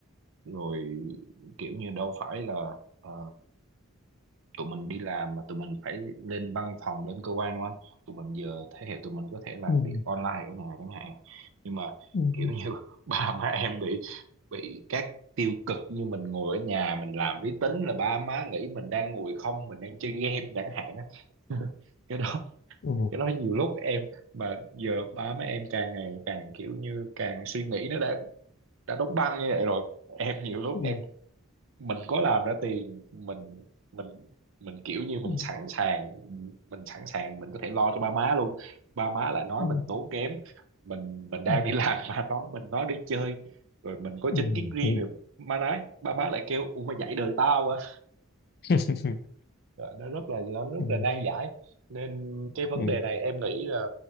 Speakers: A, on the right (about 60°); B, on the left (about 45°).
A: rồi kiểu như đâu phải là ờ, tụi mình đi làm mà tụi mình phải lên văn phòng lên cơ quan đúng không anh tụi mình giờ thế hệ tụi mình có thể làm
B: ừ,
A: việc online ở nhà chẳng hạn nhưng mà
B: ừ,
A: kiểu như <laughs> ba má em bị bị các tiêu cực như mình ngồi ở nhà mình làm máy tính là ba má nghĩ mình đang ngồi không mình đang chơi game chẳng hạn á <laughs> cái đó
B: ừ,
A: cái đó nhiều lúc em mà giờ ba má em càng ngày càng kiểu như càng suy nghĩ nó đã đã đóng băng như vậy rồi em nhiều lúc
B: ừ,
A: em mình có làm ra tiền mình mình mình kiểu như mình
B: ừ,
A: sẵn sàng mình sẵn sàng mình có thể lo cho ba má luôn ba má lại nói
B: ừ,
A: mình tốn kém mình mình đang
B: ừ,
A: đi làm <laughs> mà nó mình nói đi chơi rồi mình có
B: ừ,
A: chính kiến riêng
B: Ừ.
A: rồi má nói ba má lại kêu u mày dạy đời tao à
B: <laughs>
A: Rồi nó rất là nó rất
B: Ừ.
A: là nan giải nên cái vấn
B: Ừ.
A: đề này em nghĩ là